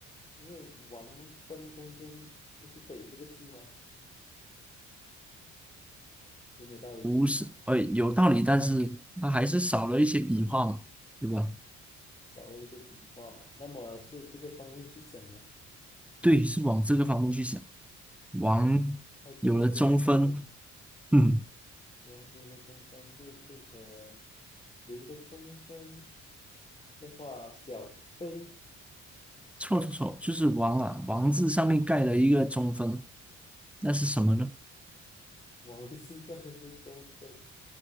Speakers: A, on the left; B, in the centre.
A: 因为王分中间不是北这个字吗？有没有道理兄弟？
B: 不是，呃，有道理，但是它还是少了一些笔画嘛，对吧？
A: 少了一些笔画，那么是这个方面去想吗？
B: 对，是往这个方面去想，王有了中分，
A: 哇，还真的给我猜中了。
B: 嗯，
A: 王林的中分就变成刘的中分的话，小飞，
B: 错错错，就是王啊，王字上面盖了一个中分，那是什么呢？
A: 王是个人的中分，